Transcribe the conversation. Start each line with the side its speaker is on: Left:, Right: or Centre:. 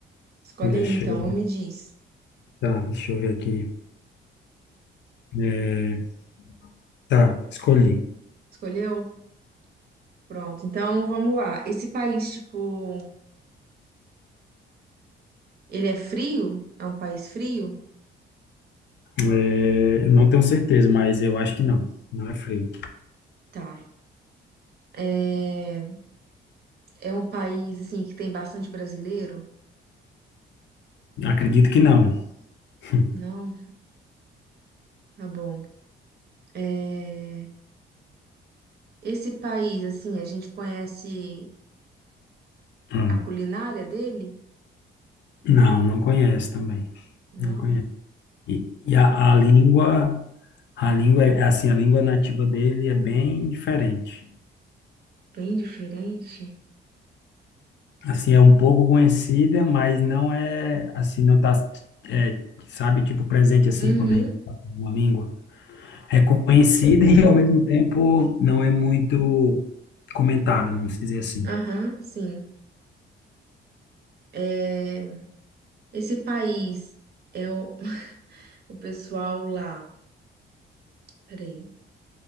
Right: Escolhe
Left: Deixa
Right: aí então
Left: eu,
Right: e me diz.
Left: tá, deixa eu ver aqui. É, tá, escolhi.
Right: Escolheu? Pronto. Então, vamos lá. Esse país, tipo, Ele é frio? É um país frio?
Left: É, eu não tenho certeza, mas eu acho que não. Não é frio.
Right: Tá. É, é um país assim que tem bastante brasileiro?
Left: Acredito que não. <laughs>
Right: Não? Tá bom. É, Esse país, assim, a gente conhece
Left: Hum.
Right: a culinária dele?
Left: Não, não conhece também.
Right: Não,
Left: Não conhece. E, e a, a língua, a língua é assim, a língua nativa dele é bem diferente.
Right: bem diferente.
Left: assim, é um pouco conhecida, mas não é, assim, não tá, é, sabe, tipo presente, assim,
Right: Uhum,
Left: quando a gente fala uma língua. É conhecida <laughs> e, ao mesmo tempo, não é muito comentada, vamos dizer assim.
Right: aham, sim. É, Esse país é o, <laughs> o pessoal lá. Peraí,